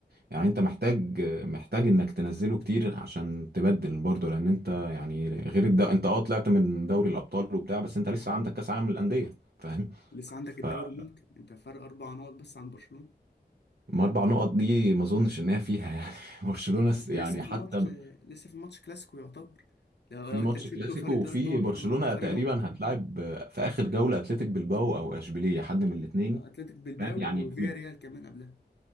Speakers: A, on the right; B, on the left.
A: يعني انت محتاج محتاج انك تنزله كتير عشان تبدل برضه لان انت يعني غير الد... انت اه طلعت من دوري الابطال وبتاع بس انت لسه عندك كاس عالم للانديه فاهم
B: ولسه عندك
A: فما
B: الدوري ممكن انت فرق اربع نقط بس عن برشلونه
A: اربع نقط دي ما اظنش ان هي فيها يعني <laughs>
B: لا
A: برشلونه س- يعني
B: لسه في
A: حتى
B: الماتش
A: ب-
B: لسه في الماتش كلاسيكو يعتبر لو
A: في
B: لو
A: ماتش
B: انت كسبته
A: كلاسيكو
B: فرق
A: وفي
B: ثلاث نقط
A: برشلونه
B: خلاص فرق
A: تقريبا
B: نقطه
A: هتلاعب في اخر جوله اتلتيك بالباو او اشبيليه حد من الاثنين
B: اتلتيك بلباو
A: فاهم يعني
B: وفيا ريال كمان قبلها